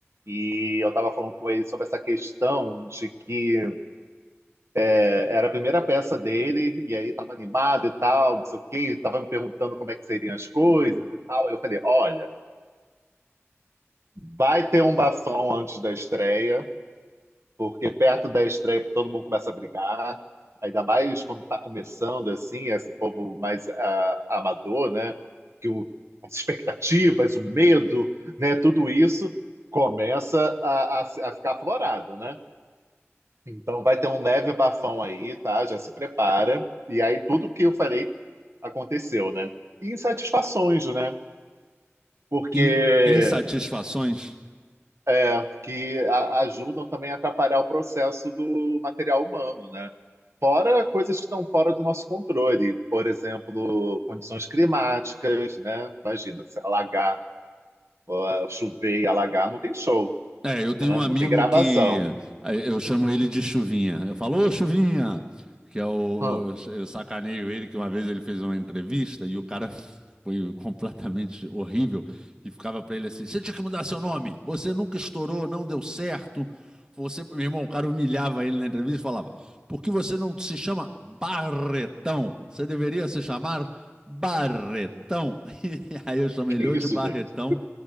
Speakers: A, on the right; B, on the right.
A: e eu estava falando com ele sobre essa questão de que é, era a primeira peça dele e aí estava animado e tal, não sei o quê, estava me perguntando como é que seriam as coisas e tal. Eu falei, olha, vai ter um bafão antes da estreia. Porque perto da estreia todo mundo começa a brigar, ainda mais quando está começando assim, esse povo mais ah, amador, né? Que o- as expectativas, o medo, né? Tudo isso começa a, a, a ficar aflorado, né? Então vai ter um leve bafão aí, tá? Já se prepara. E aí tudo que eu falei aconteceu, né? E insatisfações, né? Porque
B: In- insatisfações?
A: É, que a- ajudam também a atrapalhar o processo do material humano, né? Fora coisas que estão fora do nosso controle, por exemplo, condições climáticas, né? Imagina, se alagar, ó, chover e alagar, não tem show,
B: É, eu tenho
A: né?
B: um amigo
A: Não tem gravação.
B: que eh, eu chamo ele de Chuvinha. Eu falo, ô Chuvinha, que é o,
A: Hã,
B: o- eu sacaneio ele que uma vez ele fez uma entrevista e o cara <laughs> foi completamente horrível e ficava pra ele assim: "Você tinha que mudar seu nome. Você nunca estourou, não deu certo. Você, meu irmão, o cara humilhava ele na entrevista e falava: "Por que você não se chama Barretão? Você deveria se chamar Barretão". <laughs> E aí eu chamei
A: que
B: ele
A: isso,
B: ou de Barretão
A: gente?